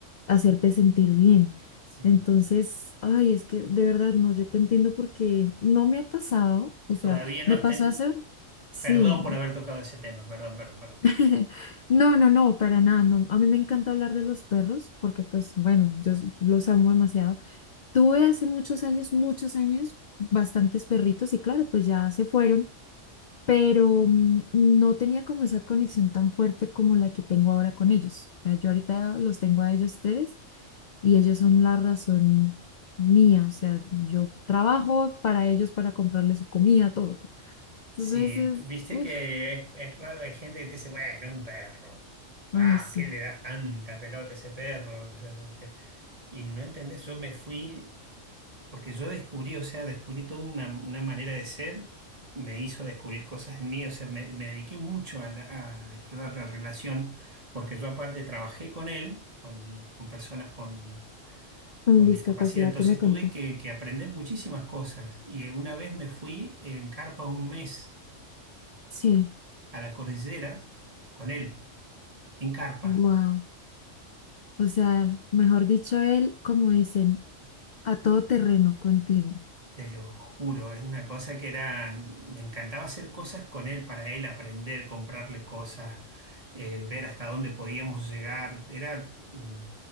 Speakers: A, on the left; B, on the right.
A: hacerte sentir bien.
B: sí.
A: Entonces, ay, es que de verdad no, yo te entiendo porque no me ha pasado, o sea,
B: Todavía no
A: me
B: has
A: pasó
B: ten
A: hace, sí.
B: Perdón por haber tocado ese tema, perdón, perdón, perdón.
A: <laughs> No, no, no, para nada. No. A mí me encanta hablar de los perros porque, pues, bueno, yo s- los amo demasiado. Tuve hace muchos años, muchos años, bastantes perritos y claro, pues ya se fueron pero mm, no tenía como esa conexión tan fuerte como la que tengo ahora con ellos. O sea, yo ahorita los tengo a ellos tres y ellos son la razón mía. O sea, yo trabajo para ellos, para comprarles su comida, todo. todo. Entonces
B: Sí,
A: es,
B: viste
A: uff,
B: que es, es raro, hay gente que te dice, bueno, es un perro. Ah,
A: ay, sí.
B: ¿qué le das tanta pelota a ese perro? <laughs> Este, Y no entendés, yo me fui, porque yo descubrí, o sea, descubrí toda una, una manera de ser, me hizo descubrir cosas en mí, o sea, me, me dediqué mucho a, la- a explorar la relación, porque yo aparte trabajé con él, con, con personas con,
A: Con
B: con
A: discapacidad
B: discapacidad, entonces
A: ¿Qué me contas.
B: tuve que, que aprender muchísimas cosas. Y una vez me fui en carpa un mes
A: Sí,
B: a la cordillera con él, en carpa,
A: wow. O sea, mejor dicho, él, como dicen, a todo terreno contigo.
B: te lo juro, es una cosa que era, me encantaba hacer cosas con él, para él aprender, comprarle cosas, eh, ver hasta dónde podíamos llegar, era mm,